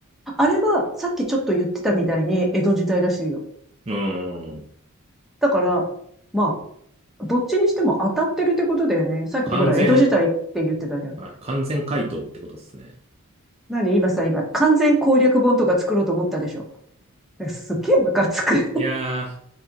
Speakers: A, in the centre; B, on the right (about 30°).
A: あれは、さっきちょっと言ってたみたいに、江戸時代らしいよ。
B: うん。うん。
A: だから、まあ、どっちにしても当たってるってことだよね。さっきほら、
B: 完全、
A: 江戸時代って言ってたじゃん。
B: はい。完全回答ってことですね。
A: 何今さ、今、完全攻略本とか作ろうと思ったでしょ。すっげえムカつく。
B: いやー、